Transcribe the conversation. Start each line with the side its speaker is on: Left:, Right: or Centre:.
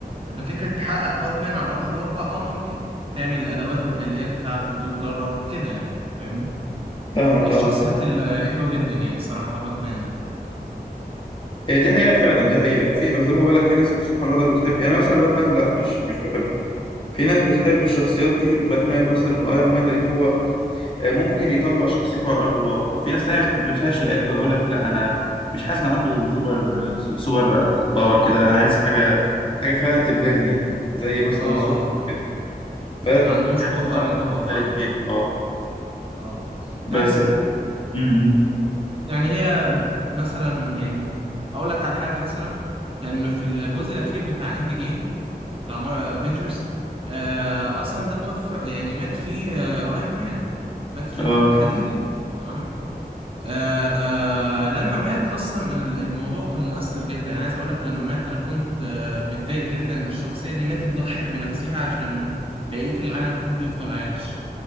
Right: اما فكرة تحقق باتمان على ارض الواقع اه ممكن تعمل الادوات والاليات بتاعته وتتدرب كده يعني فاهمني
Left: فاهمك
Right: من الشخصيات
Left: اه
Right: الحلوة جدا يعني الصراحة باتمان ده
Left: هي دي حقيقة فعلا دي حقيقة في يعني زي ما بقول لك في ناس سبحان الله بتحب يعني مثلا باتمان لا مش مش بحب في ناس بتحب الشخصيات دي باتمان مثلا وايرون مان لان هو آه، ممكن يطبق شخصيته على ارض الواقع في ناس تانية ما بتحبهاش لان يقول لك لا انا مش حاسس ان عنده سوبر سو- سوبر باور كده لا انا عايز حاجة حاجة فعلا تبهرني زي مثلا
Right: اه
Left: سوبر
Right: اه يعني
Left: كده ف يعني
Right: ما عندوش قوة خارقة
Left: اراء بتختلف
Right: اه فاهمة
Left: فيها اه
Right: اه
Left: بس
Right: يعني
Left: م- م.
Right: يعني هي مثلا يعني اقول لك على حاجة مثلا كان في الجزء الأخير بتاع اند جيم بتاع افنجرز آه اصلا ده توفى يعني مات فيه آه ايرون مان مات فيه
Left: اه
Right: رجل حديدي تمام آه آه لما مات اصلا ال- الموضوع كان مؤثر جدا عايز اقول لك لما مات انا كنت آه متضايق جدا إن الشخصيه دي ماتت ضحت بنفسها عشان بقيه العالم كله يفضل عايش